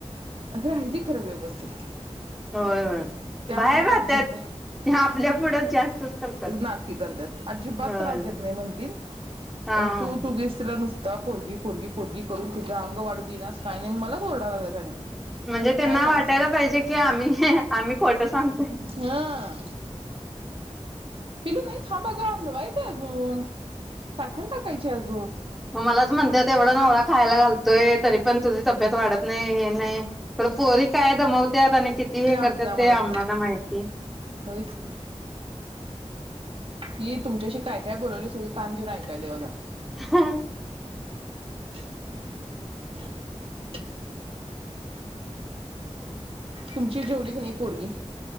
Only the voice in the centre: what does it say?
होय होय
बाहेर
राहत्यात
ते आपल्या पुढं जास्तच करतात
होय
हा
हा
म्हणजे त्यांना
वाटायला
पाहिजे की आम्ही आम्ही खोटं सांगतो
आम्हालाच म्हणत्यात तेवढा नवरा खायला घालतोय तरी पण तुझी तब्येत वाढत नाही हे नाही पोरी काय दमवत्यात आणि किती वेळ
करत्यात
ते आम्हाला
माहीत नइ
हह